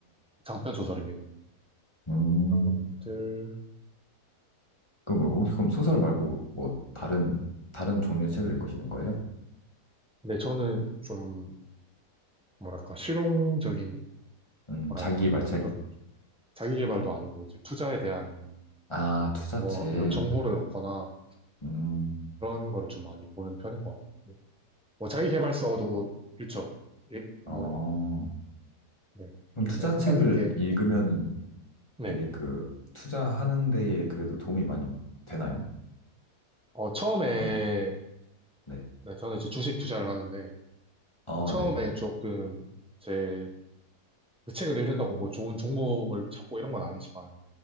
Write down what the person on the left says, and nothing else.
음.
그럼 뭐 혹시 그럼 소설 말고 뭐 다른 다른 종류의 책을 읽으시는 거예요?
음,
자기
말책.
아, 투자책.
음,
어.
그럼
투자책을
읽으면은
되게 그 투자하는 데에 그래도 도움이 많이 되나요?
암, 네.
어,
네.